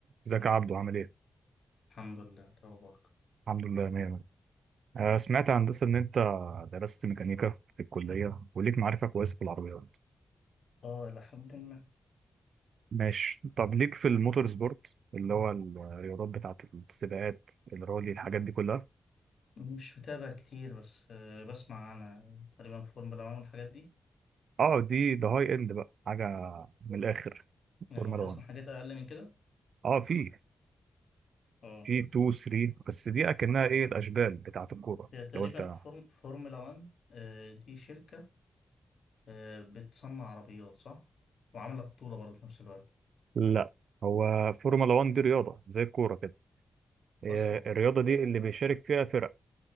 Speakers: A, on the right; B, on the left.
A: ازيك يا عبدو عامل ايه؟
B: الحمد لله توبك
A: الحمد لله مية مية آه، سمعت يا هندسة إن أنت درست ميكانيكا في الكلية وليك معرفة كويسة في العربيات
B: اه إلى حد ما
A: ماشي طب ليك في الموتور سبورت اللي هو الرياضات بتاعة السباقات الرالي الحاجات دي كلها
B: مش متابع كتير بس آه، بسمع أنا تقريبا فورمولا 1 والحاجات دي
A: اه دي ده هاي اند بقى حاجة من الآخر
B: يعني
A: فورمولا
B: هو في
A: 1
B: أصلا حاجات أقل من كده
A: اه في
B: اه
A: في 2 3 بس دي أكنها ايه الأشبال بتاعة الكورة
B: هي تقريبا
A: لو أنت
B: فورم فورمولا 1 آه، دي شركة آه، بتصنع عربيات صح؟ وعاملة بطولة برضه في نفس الوقت
A: لا هو فورمولا 1 دي رياضة زي الكورة كده آه،
B: أصلا
A: الرياضة دي اللي بيشارك فيها فرق